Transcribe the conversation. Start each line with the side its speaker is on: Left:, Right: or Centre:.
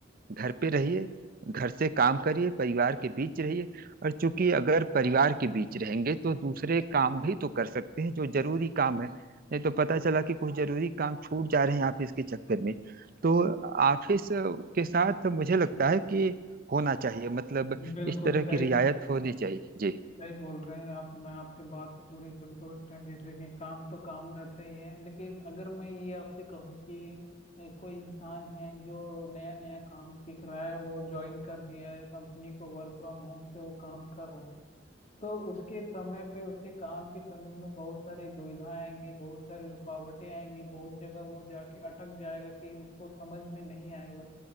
Right: घर पे रहिए घर से काम करिए परिवार के बीच रहिए और चूंकि अगर परिवार के बीच रहेंगे तो दूसरे काम भी तो कर सकते हैं जो जरूरी काम है नहीं तो पता चला कि कुछ जरूरी काम छूट जा रहे हैं ऑफिस के चक्कर में तो ऑफिस के साथ मुझे लगता है कि होना चाहिए मतलब
Left: बिल्कुल
Right: इस तरह
Left: सही
Right: की रियायत
Left: बोला
Right: होनी चाहिए जी
Left: सही बोल रहे हैं आप मैं आपके बात से पूरी संतुष्ट है जैसे कि काम तो काम रहता ही है लेकिन अगर मैं ये आपसे कहूँ कि ए, कोई इंसान है जो नया नया काम सीख रहा है वो ज्वाइन कर दिया है कंपनी को वर्क फ्रॉम होम से वो काम कर रहा है तो उसके समय पे उसके काम के समय में बहुत सारी दुविधाएं आएंगी बहुत सारी रुकावटें आएंगी बहुत जगह वो जाके अटक जाएगा कि उसको समझ में नहीं आएगा